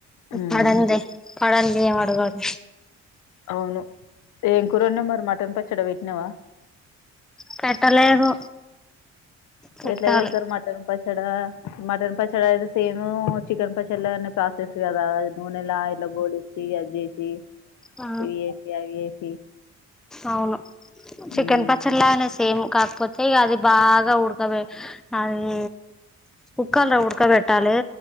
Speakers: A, on the left (about 75°); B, in the centre.
A: ఉమ్,
B: పడందే పడందే ఏం అడగడు
A: అవును ఏం కూర అండినవ్ మరి మటన్ పచ్చడ పెట్టినవ
B: పెట్టలేదు పెట్టాలి
A: ఎట్లా పెడుతారు మటన్ పచ్చడా మటన్ పచ్చడా ఇది సేమ్ చికెన్ పచ్చడి లాగానే ప్రాసెస్ కదా నూనెలా ఇట్లా గోలిచ్చి అది చేసి
B: ఆ
A: ఇది ఏసి అది ఎసి
B: అవును చికెన్
A: మ్మ్
B: పచ్చడి లాగనే సేమ్ కాకపోతే ఇగ అది బాగా ఉడకబె అది కుక్కర్లో ఉడకబె ట్టాలే